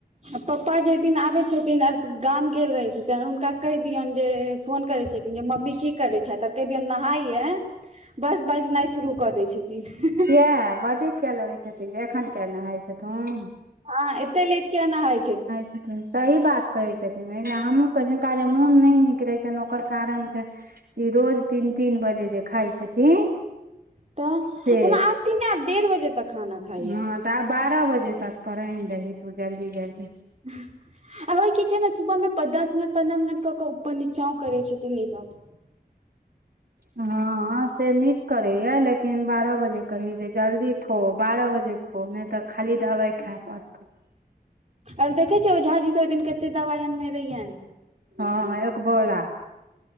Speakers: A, on the right; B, on the right.
A: आ पप्पा जे दिन आबै छथिन आर गाम गेल रहै छथिन हुनका कहि दियन जे फोन करै छथिन जे मम्मी की करै छथि आर कहि दियऔ नहाइये बस बजनाइ शुरू कऽ दै छथिन
B: क बजे किया लगै छथिन जे एखन किया नहााय छथुन
A: हँ एते लेट किया न हाय छि
B: छथिन सही बात कहे छथिन हमँनका ल मोन नहि नीक ठीक रहै छ ओकर कारण छै ई रोज तीन तीन बजे जे खााय छथिन
A: तऽ
B: से
A: ओ आयती ने आब डेढ़ बजे तक खाना खाइये
B: हँ तऽ आब बारह बजे तक पर आ दही तू जल्दी जल्दी
A: ह आ ओहि की छै ने सुबह मे दस मिनट पन्द्रह मिनट कऽ के ऊपर नचां कर छथिन ई सब
B: हँ से नीक करैया लेकिन बारह बजे कही जे जल्दी खो बारह बजे खो नहि तऽ खाली दबाइ खा पड़त
A: और देखे छियै ओऔझा जी से ओहि दिन कते दवाई आनने रहियै
B: हँ एकबोरा